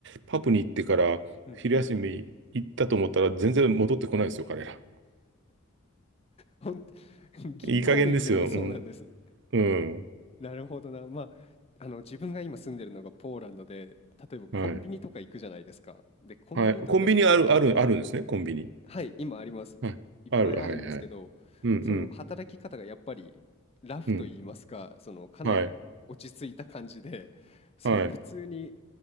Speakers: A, on the right; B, on the left.
A: パプに行ってから、
B: うんうん。
A: 昼休み行ったと思ったら、全然戻ってこないですよ、彼ら。
B: ほん、<laughs> 銀行員でもそうなんですね。
A: いい加減ですよ。うん。うん。
B: なるほどな。まあ、あの、自分が今住んでるのがポーランドで、例えばコンビニとか行くじゃないですか。
A: はい。
B: で、コンビニとかい、
A: はい。コンビニある、ある、あるんですね、コンビニ。
B: はい、今あります。
A: はい。
B: いっぱいあるんですけど、
A: ある、はい、はい。うん、うん、
B: その働き方がやっぱりラフと言いますか、
A: うん。
B: そのかなり落ち着いた感じで、
A: はい、
B: その普通に
A: はい。